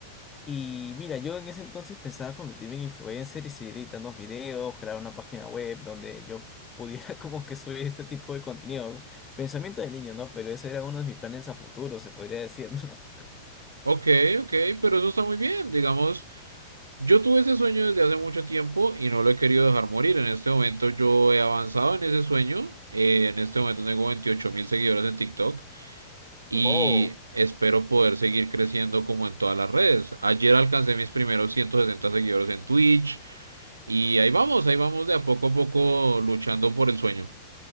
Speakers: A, on the left; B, on the right.
A: Y mira, yo en ese entonces pensaba convertirme en influencer y seguir editando videos, crear una página web donde yo pudiera <laughs> como que subir este tipo de contenido. Pensamiento de niño, ¿no? Pero ese era uno de mis planes a futuro, se podría decir, ¿no?
B: Ok, ok, pero eso está muy bien. Digamos, yo tuve ese sueño desde hace mucho tiempo y no lo he querido dejar morir. En este momento yo he avanzado en ese sueño. Eh, en este momento tengo veintiocho mil seguidores en TikTok y
A: <laughs> Wow.
B: espero poder seguir creciendo como en todas las redes. Ayer alcancé mis primeros 160 seguidores en Twitch y ahí vamos, ahí vamos de a poco a poco luchando por el sueño.